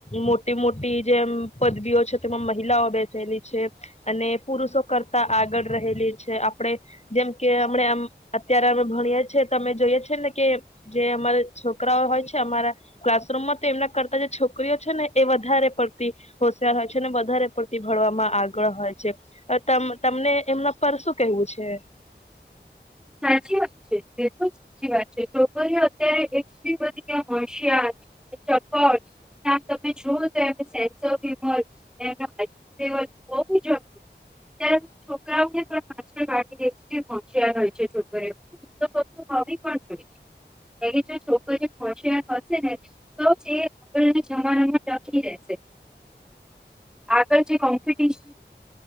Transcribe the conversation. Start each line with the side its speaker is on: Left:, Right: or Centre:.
Left: મોટી મોટી જેમ પદવીઓ છે તેમાં મહલાઓ બેસેલી છે અને પુરુષો કરતા આગળ રહેલી છે આપણે જેમ કે અમ આમ અત્યારે અમે ભણીએ છેએ અમે જોઈએ છે ને કે જે અમારા છોકરાઓ હોય છે અમારા ક્લાસરૂમમાં તો એમના કરતા જે છોકરીઓ છે ને એ વધારે પડતી હોશિયાર હોય છે અનેને વધારે પૂતિ ભણવામાં આગળ હોય છે તમને એમના પર શું કેહવું છે.
Centre: સાચી વાત છે બિલકુલ સાચી વાત છે છોકરી અત્યારે હોશિયાર ચપટ તમે જોઓ તો સેન્સ ઓફ હ્યુમર ને એના બહુ જ અત છોકરાઓને પાછણ પાડી દે એટલી હોશિયાર હોય. છે છોકરીઓ તો <unintelligible> હો પણ જોઈએ જો છોકરીઓ હશે હશે ને તો આગળના જમાનામાં ટકી રહેશે આગળ જે કોમ્પિટશ